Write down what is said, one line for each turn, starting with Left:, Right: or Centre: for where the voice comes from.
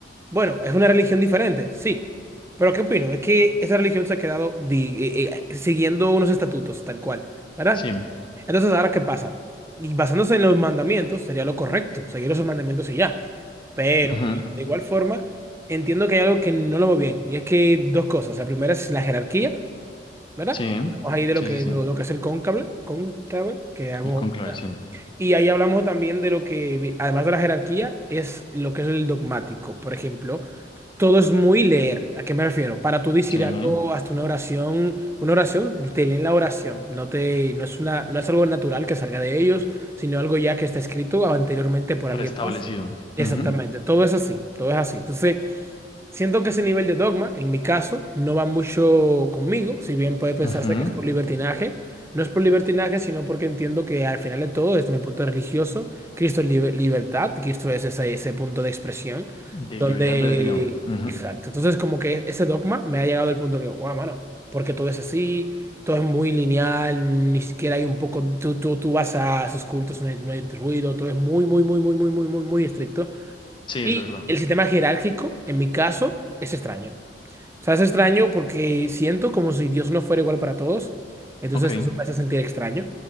Right: bueno, es una religión diferente, sí. Pero ¿qué opino? Es que esa religión se ha quedado di- eh, eh, siguiendo unos estatutos, tal cual, ¿verdad?
Left: Sí.
Right: Entonces, ¿ahora qué pasa? Y basándose en los mandamientos, sería lo correcto, seguir esos mandamientos y ya. Pero,
Left: ujú,
Right: de igual forma, entiendo que hay algo que no lo veo bien. Y es que dos cosas. La primera es la jerarquía, ¿verdad?
Left: Sí.
Right: Hablamos ahí de
Left: Sí,
Right: lo que,
Left: sí, sí.
Right: lo, lo que es el cónclave, cónclave, que hablamos.
Left: El conclave, sí.
Right: Y ahí hablamos también de lo que, además de la jerarquía, es lo que es el dogmático. Por ejemplo, todo es muy leer. ¿A qué me refiero? Para tú decir
Left: Sí.
Right: algo, hasta una oración, una oración, te leen la oración. No te, no es una, no es algo natural que salga de ellos, sino algo ya que está escrito anteriormente por alguien
Left: Preestablecido.
Right: más. Exactamente.
Left: Ujú,
Right: Todo es así, todo es así. Entonces, Siento que ese nivel de dogma, en mi caso, no va mucho conmigo, si bien puede pensarse
Left: ujú,
Right: que es por libertinaje. No es por libertinaje, sino porque entiendo que al final de todo, desde mi punto de religioso, Cristo es libe- libertad, Cristo es ese, ese punto de expresión,
Left: De
Right: donde...
Left: libre albedrío. ujú,
Right: Exacto. Entonces, como que ese dogma me ha llegado al punto que, wow, mano, porque todo es así, todo es muy lineal, ni siquiera hay un poco, tú, tú, tú vas a sus cultos, no hay, no hay ruido, todo es muy, muy, muy, muy, muy, muy, muy, muy estricto.
Left: Sí,
Right: Y
Left: es verdad.
Right: el sistema jerárquico, en mi caso, es extraño. O sea, es extraño porque siento como si Dios no fuera igual para todos. Entonces
Left: Ok.
Right: eso me hace sentir extraño.